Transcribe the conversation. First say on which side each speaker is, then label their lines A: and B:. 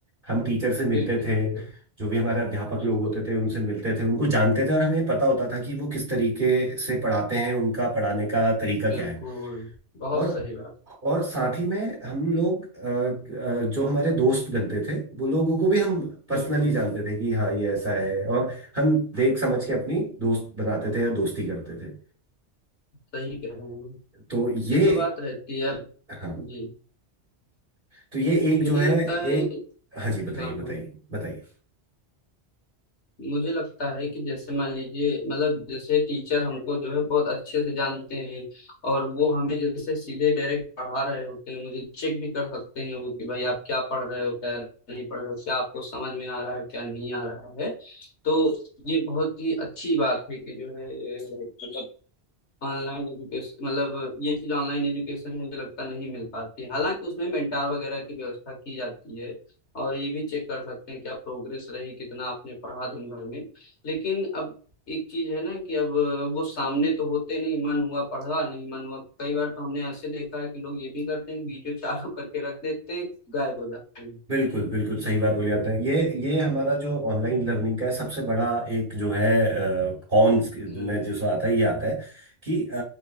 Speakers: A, on the right; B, on the left.
A: हम टीचर से मिलते
B: बिल्कुल
A: थे
B: बिल्कुल
A: जो भी हमारे अध्यापक
B: बिल्कुल
A: लोग होते थे उनसे मिलते थे उनको जानते थे और हमें पता होता था कि वो किस तरीके से पढ़ाते हैं उनका पढ़ाने का तरीका
B: बिल्कुल
A: क्या है
B: बहुत
A: और
B: सही बात
A: और साथ ही में हम लोग अ, अ, जो हमारे दोस्त बनते थे वो लोगों को भी हम पर्सनली
B: बिल्कुल
A: जानते थे कि हाँ ये ऐसा है और हम देख समझ के अपनी दोस्त बनाते थे या दोस्ती करते थे
B: सही कह रहे हैं
A: तो ये
B: ये तो बात रहती है अब
A: हाँ
B: जी
A: तो ये एक
B: मुझे
A: जो है
B: लगता
A: एक
B: है
A: हाँ जी बताइए
B: हाँ
A: बताइए
B: हाँ
A: बताइए
B: मुझे लगता है कि जैसे मान लीजिए मतलब जैसे टीचर हमको जो है बहुत अच्छे से जानते हैं और वो हमें जैसे सीधे डायरेक्ट पढ़ा रहे होते हैं मुझे चेक भी कर सकते हैं वो कि भाई आप क्या पढ़ रहे हो क्या नहीं पढ़ रहे हो क्या आपको समझ में आ रहा है क्या नहीं आ रहा है तो ये बहुत ही अच्छी बात है कि जो है मतलब ऑनलाइन एजुकेशन मतलब ये चीज ऑनलाइन एजुकेशन में मुझे लगता नहीं मिल पाती है हालांकि उसमें मेंटार वगैरह की व्यवस्था की जाती है और ये भी चेक कर सकते हैं क्या प्रोग्रेस रही कितना आपने पढ़ा दिन भर में लेकिन अब एक चीज है ना कि अब वो सामने तो होते नहीं मन हुआ पढ़ा नहीं मन हुआ कई बार तो हमने ऐसे देखा है कि लोग ये भी करते हैं कि वीडियो चालू करके रख देते हैं गायब हो जाते हैं
A: बिल्कुल बिल्कुल सही बात बोली आपने ये ये हमारा जो ऑनलाइन लर्निंग का सबसे बड़ा एक जो है कॉन
B: हम्म,
A: में जो आता है ये आता है कि अ,